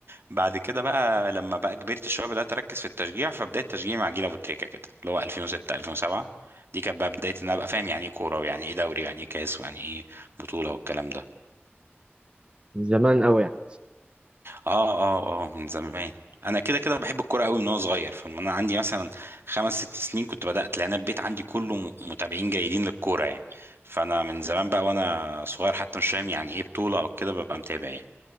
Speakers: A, on the right; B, on the right.
A: بعد كده بقى لما بقى كبرت شويه بدات اركز في التشجيع فبدايه تشجيعي مع جيل ابو تريكه كده اللي هو 2006 2007 دي كانت بقى بدايه ان انا ابقى فاهم يعني ايه كوره ويعني ايه دوري ويعني ايه كاس ويعني ايه بطوله والكلام ده
B: من زمان قوي يعني
A: اه اه اه من زمان انا كده كده بحب الكوره قوي من وانا صغير فمن انا عندي مثلا خمس ست سنين كنت بدات لان البيت عندي كله م- متابعين جيدين للكوره يعني فانا من زمان بقى وانا صغير حتى مش فاهم يعني ايه بطوله او كده ببقى متابع يعني